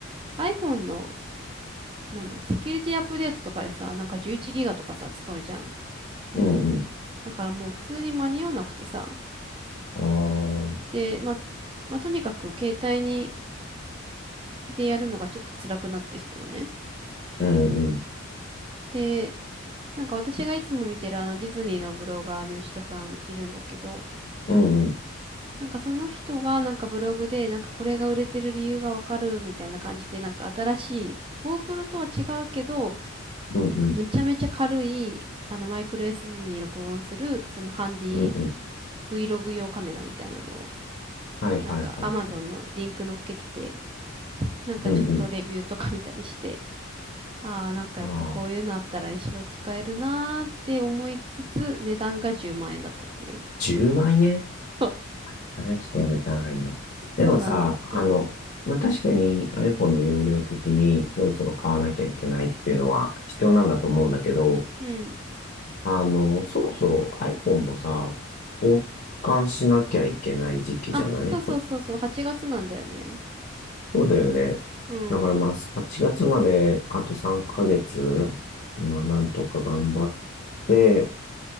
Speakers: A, on the right; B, on the left.
A: iPhone のなんだ、セキュリティアップデートとかでさ、なんか11ギガとかさ、使うじゃん。
B: うん、うん、
A: だからもう普通に間に合わなくてさ。
B: あー、
A: で、まあ、まあ、とにかく携帯に、でやるのがちょっと辛くなってきたのね。
B: うん、うん、
A: で、なんか私がいつも見てるあのディズニーのブロガーの吉田さんいるんだけど、
B: うん、うん、
A: なんかその人がなんかブログでなんかこれが売れてる理由がわかるみたいな感じでなんか新しい GoPro とは違うけど
B: うん、
A: めちゃめちゃ軽いあのマイクロ SD に録音するそのハンディ
B: うん、うん、
A: Vlog 用カメラみたいなのを、
B: はい、
A: なんか
B: はい、はい。
A: Amazon のリンク載っけてて、なんかちょっとレビューとか見たりして、
B: うん、うん。
A: ああ、なんかやっぱこういうのあったら一生使えるなーって思いつつ、
B: あー、
A: 値段が10万円だったっていう。
B: 10万円
A: そう、
B: それはちょっとやめた方がいいな。でもさ、
A: そうなの。
B: あの、
A: うん。
B: まあ、確かに iPhone の容量的にそろそろ買わなきゃいけないっていうのは必要なんだと思うんだけど、
A: うん。
B: あの、そろそろ iPhone もさ、交換しなきゃいけない時期じゃない
A: あ、そうそうそうそう、8月なんだよね。
B: そうだよね。
A: うん。
B: だからまあ、8月まであと3ヶ月、まあ、なんとか頑張って、